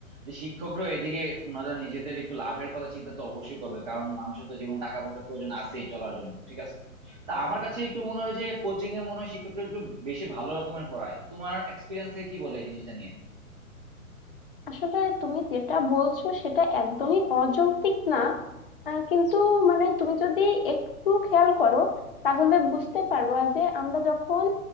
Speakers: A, on the right (about 30°); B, on the left (about 40°).
A: যে শিক্ষকরা এদিকে ওনারা নিজেদের একটু লাভের কথা চিন্তা তো অবশ্যই করবে কারণ মানুষের তো জীবন টাকা পয়সার প্রয়োজন আছেই চলার জন্য ঠিক আছে তা আমার কাছে একটু মনে হয় যে কোচিং এ মনে হয় শিক্ষকরা একটু বেশি ভালো রকমের পড়ায় তোমার এক্সপিরিয়েন্সে কি বলে এই জিনিসটা নিয়ে
B: আসলে তুমি যেটা বলছো সেটা একদমই অযৌক্তিক না আহ, কিন্তু মানে তুমি যদি একটু খেয়াল করো তাহলে বুঝতে পারবা যে আমরা যখন